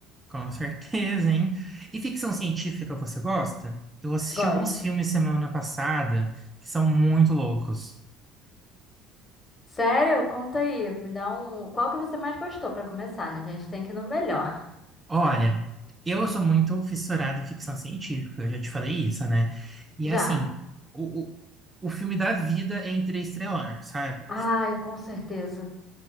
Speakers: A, on the right; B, on the left.
A: Com <laughs> certeza, hein? E ficção científica você gosta? Eu assisti
B: Gosto.
A: alguns filmes semana passada que são muito loucos.
B: Sério? Conta aí. Me dá um. Qual que você mais gostou pra começar, né? A gente tem que ir no melhor.
A: Olha, eu sou muito fissurado em ficção científica, eu já te falei isso, né? E
B: <laughs>
A: assim,
B: Já.
A: o, o, o filme da vida é interestelar, sabe?
B: Ai, com certeza.